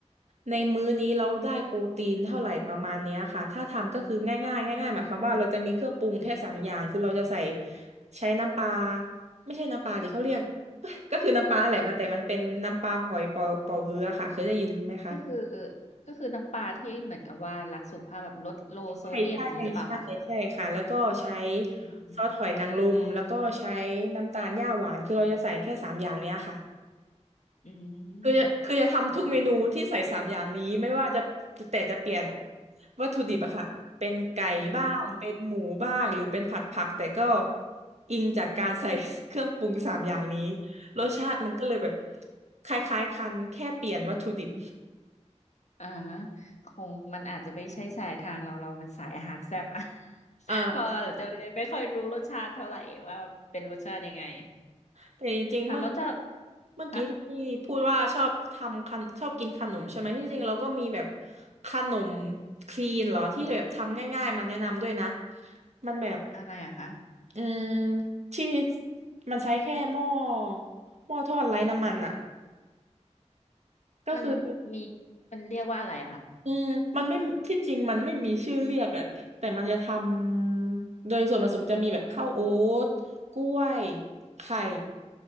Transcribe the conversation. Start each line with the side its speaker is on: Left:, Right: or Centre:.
Right: ในมื้อนี้เราได้โปรตีนเท่าไหร่ประมาณเนี้ยค่ะถ้าทำก็คือง่ายง่ายง่ายง่ายๆหมายความว่าเราจะมีเครื่องปรุงแค่สามอย่างคือเราจะใส่ใช้น้ำปลาไม่ใช่น้ำปลาดิเขาเรียก <laughs> ก็คือน้ำปลาแหละมาแต่มันเป็นน้ำปลาหอยเป่าเป่าฮื้อค่ะเคยได้ยินไหมคะ
Left: ก็คือก็คือน้ำปลาที่เหมือนกับว่ารักสุขภาพแบบลดโลโซเดียมอย่างนี้หรือเปล่าคะ
Right: ใช่ใช่ใช่ใช่ค่ะแล้วก็ใช้
Left: อืม
Right: ซอสหอยนางรมแล้วก็ใช้น้ำตาลหญ้าหวานคือเราจะใส่แค่สามอย่างเนี้ยค่ะ
Left: อื
Right: คือจะคือจะทำทุกเมนูที่ใส่สามอย่างนี้ไม่ว่าจะ
Left: มอืม
Right: แต่จะเปลี่ยนวัตถุดิบอะค่ะเป็นไก่บ้างเป็นหมูบ้างหรือเป็นผัดผักแต่ก็
Left: อืม
Right: อิงจากการใส่ <laughs> เครื่องปรุงสามอย่างนี้รสชาติมันก็เลยแบบคล้ายๆกันแค่เปลี่ยนวัตถุดิบ
Left: อ่าคงมันอาจจะไม่ใช่สายทางเราเรามันสายอาหารแซ่บอะ <laughs>
Right: เอ่อ
Left: เราอาจจะเลยไม่ค่อยรู้รสชาติเท่าไหร่ว่าเป็นรสชาติยังไง
Right: แต่จริงๆเมื่อ
Left: ค่ะแล้วจะ
Right: เมื่อกี้ที่พูดว่าชอบทำขนชอบกินขนมใช่ไหมที่จริงเราก็มีแบบ
Left: คะ
Right: ขนมคลีนเหรอที่แบบทำง่ายๆมาแนะนำด้วยนะมันแบบ
Left: อะไรอะคะ
Right: อืมที่มันใช้แค่หม้อหม้อทอดไร้น้ำมันอ่ะก็คือ
Left: มันมีมันเรียกว่าอะไรอะค่ะ
Right: อืมมันไม่ที่จริงมันไม่มีชื่อเรียกอ่ะแต่มันจะทำโดยส่วนผสมจะมีแบบข้าวโอ๊ตกล้วยไข่